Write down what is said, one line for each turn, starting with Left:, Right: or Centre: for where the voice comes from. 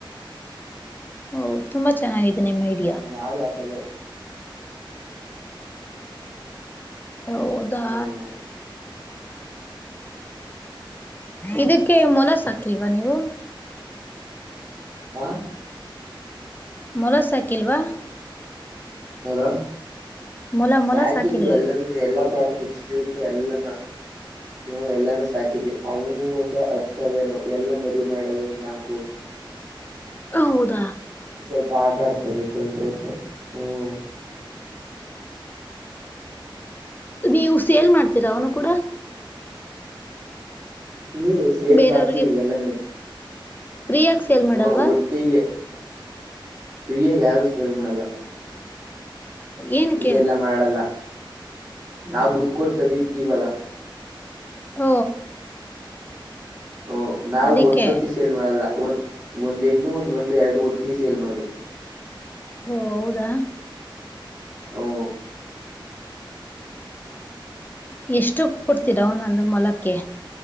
Left: ಓ ತುಂಬಾ ಚೆನ್ನಾಗಿದೆ ನಿಮ್ಮ ಐಡಿಯಾ
Right: ಹ್ಮ್, ನಾವೇ ಹಾಕೋದು
Left: ಹೌದಾ
Right: ಹ್ಮ್.
Left: ಇದಕ್ಕೆ ಮೊಲ ಸಾಕಿಲ್ವಾ ನೀವು
Right: ಆ
Left: ಮೊಲಾರ್ಸೈಕಿಲ್ವಾ
Right: ಅಲೋ
Left: ಮೊಲ ಮೊಲ
Right: ಸಾಕಿದೀವಿ
Left: ಸಾಕಿಲ್ವಾ
Right: ಎಲ್ಲ ಎಲ್ಲ ಪ್ರಾಣ ಪಕ್ಷಿರುತ್ತ ಎಲ್ಲಾನ ನೀವು ಎಲ್ಲಾನೂ ಸಾಕಿದವಿ ಅವು ಒಂದು ಹತ್ತವೇನೋ ಎಲ್ಲ ಮರಿ ಮಾಡವೇ ಒ ನಾಲ್ಕು
Left: ಹೌದಾ
Right: ಸ್ವಲ್ಪ ಆಟ ಆಡ್ತವೆ ಸ್ವಲ್ಪ ಊಟ ಹ್ಮ
Left: ನೀವು ಸೇಲ್ ಮಾಡ್ತೀರಾ ಅವನು ಕೂಡ
Right: ಹ್ಮ ಸೇಲ್
Left: ಬೇರೆಯವ್ರಿಗೆ
Right: ಮಾಡ್ತೀವಿ ಎಲ್ಲಾನ
Left: ಫ್ರೀಯಾಗಿ ಸೇಲ್ ಮಾಡಲ್ವಾ
Right: ಹ ಒಟ್ಟಿಗೆ ಫ್ರೀಯಾಗಿ ಯಾರು ಸೇಲ್ ಮಾಡಲ್ಲ
Left: ಏನಕ್ಕೆ
Right: ಇಲ್ಲ ಎಲ್ಲಾ ಮಾಡಲ್ಲ ನಾವ್ ದುಡ್ಕೋಡ್ತಂದಿದ್ದೀವಲ್ಲ
Left: ಹ
Right: ಹ ನಾವು
Left: ಅದಕ್ಕೆ
Right: ಒನ್ ಟ್ವೆಂಟಿ ಸೇಲ್ ಮಾಡಲ್ಲ ಒ ಒಂದ್ ಹೆಣ್ಣು ಒಂದ್ ಗಂಡು ಎರಡು ಒಟ್ಟಿ ಸೇಲ್ ಮಾಡೋದು
Left: ಓ ಹೌದಾ
Right: ಹ್ಮ
Left: ಎಷ್ಟು ಕೊಡ್ತೀರಾ ಒಂದೊಂದು ಮೊಲಕ್ಕೆ